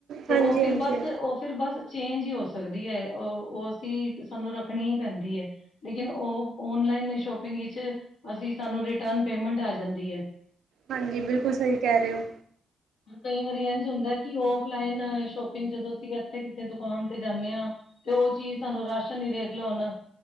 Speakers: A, on the left; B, on the right.
A: ਤੇ
B: ਹਾਂਜੀ
A: ਉਹ ਫਿਰ
B: ਹਾਂਜੀ
A: ਬਸ
B: ਹਾਂਜੀ
A: ਉਹ ਫਿਰ ਬਸ ਚੇਂਜ ਹੀ ਹੋ ਸਕਦੀ ਏ। ਉਹ ਉਹ ਅਸੀਂ ਸਾਨੂੰ ਰੱਖਣੀ ਹੀ ਪੈਂਦੀ ਏ। ਲੇਕਿਨ ਉਹ ਔਨਲਾਈਨ ਸ਼ੋਪਿੰਗ ਵਿੱਚ ਅਸੀਂ ਸਾਨੂੰ ਰਿਟਰਨ ਪੇਮੈਂਟ ਆ ਜਾਂਦੀ ਏ।
B: ਹਾਂਜੀ, ਬਿਲਕੁਲ ਸਹੀ ਕਹਿ ਰਹੇ ਹੋ।
A: ਕਈ ਵਾਰੀ ਇੰਝ ਹੁੰਦਾ ਕਿ ਔਫਲਾਈਨ ਸ਼ੋਪਿੰਗ ਜਦੋਂ ਅਸੀਂ ਇਥੇ ਕਿੱਥੇ ਦੁਕਾਨ ਤੇ ਜਾਂਨੇ ਆ ਤੇ ਉਹ ਚੀਜ਼ ਸਾਨੂੰ ਰਾਸ਼ਨ ਹੀ ਦੇਖ ਲਓ ਹੁਣ